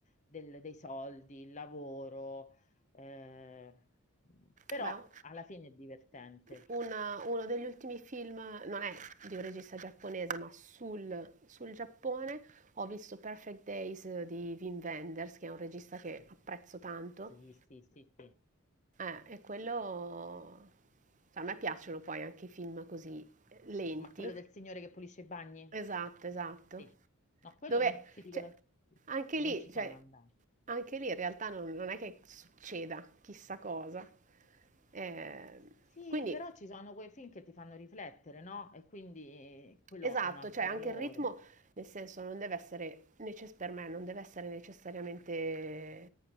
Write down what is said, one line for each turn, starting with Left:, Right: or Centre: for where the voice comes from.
Left: del- dei soldi, il lavoro, eh, però
Right: Beh,
Left: alla fine è divertente.
Right: una- uno degli ultimi film, non è di un regista giapponese, ma sul, sul Giappone, ho visto Perfect Days di Wim Wenders, che è un regista che apprezzo tanto.
Left: Sì, sì, sì, sì.
Right: Eh, e quello... cioè, a me piacciono poi anche i film così lenti.
Left: Ma quello del signore che pulisce i bagni?
Right: Esatto, esatto.
Left: Sì. No, quello
Right: Dove,
Left: no, ti dico,
Right: cioè,
Left: la-
Right: anche lì,
Left: non ci sono
Right: cioè,
Left: andata.
Right: anche lì in realtà non, non è che succeda chissà cosa. Eh,
Left: Sì,
Right: quindi
Left: però ci sono quei film che ti fanno riflettere, no? E quindi eh, quello
Right: Esatto,
Left: ha un altro
Right: cioè anche
Left: valore.
Right: il ritmo, nel senso, non deve essere, necess- per me, non deve essere necessariamente